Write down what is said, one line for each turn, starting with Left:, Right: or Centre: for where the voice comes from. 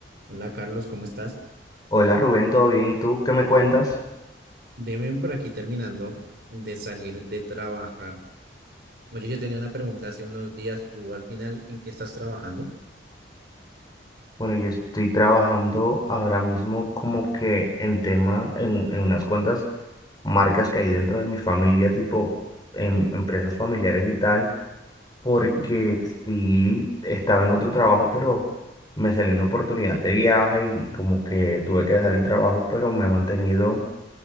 Right: Hola Carlos, ¿cómo estás?
Left: Hola Rubén, ¿todo bien? ¿Y tú qué me cuentas?
Right: Bien, bien por aquí terminando de salir de trabajar. Oye, yo tenía una pregunta hace unos días. ¿Tú al final en qué estás trabajando?
Left: Bueno, yo estoy trabajando ahora mismo como que en temas, en, en unas cuantas marcas que hay dentro de mi familia, tipo en empresas familiares y tal, porque
Right: Sí.
Left: sí estaba en otro trabajo, pero me salió una oportunidad de viaje y como que tuve que dejar el trabajo, pero me he mantenido